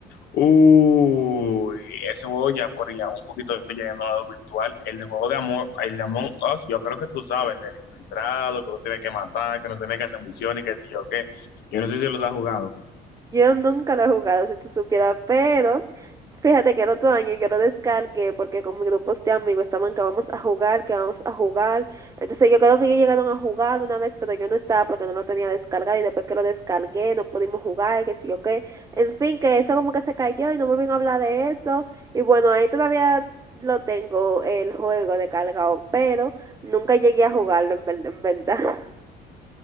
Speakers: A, on the left; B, on the right.
A: Uy, ese juego ya por ya un poquito lleno a lo virtual. El de juego de amor, el de Among Us, yo creo que tú sabes, el del infiltrado, que uno tiene que matar, que no tiene que hacer misiones y qué sé yo qué. Yo no sé si los has jugado.
B: Yo nunca lo he jugado, si tú supieras, pero fíjate que el otro año yo lo descargué porque con mis grupos de amigos estaban que vamos a jugar, que vamos a jugar. Entonces yo creo que ellos llegaron a jugar una vez, pero yo no estaba porque no lo tenía descargado y después que lo descargué no pudimos jugar y que sí o qué. En fin, que eso como que se cayó y no volvieron a hablar de eso. Y bueno, ahí todavía lo tengo el juego descargado, pero nunca llegué a jugarlo en, ver- en verdad. <laughs>